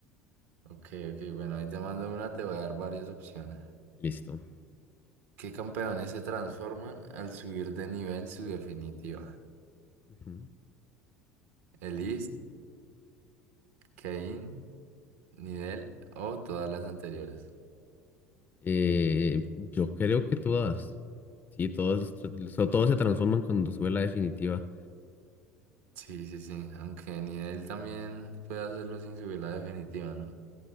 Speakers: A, on the right (about 65°); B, on the left (about 25°).
A: Ok, ok, bueno, ahí te mando una, te voy a dar varias opciones.
B: Listo.
A: ¿Qué campeones se transforman al subir de nivel su definitiva?
B: Ujú.
A: ¿Elise, Kayn, Nidel o todas las anteriores?
B: Eh, yo creo que todas. Sí, todas, so- todas se transforman cuando sube la definitiva.
A: Sí, sí, sí, aunque Nidel también puede hacerlo sin subir la definitiva, ¿no?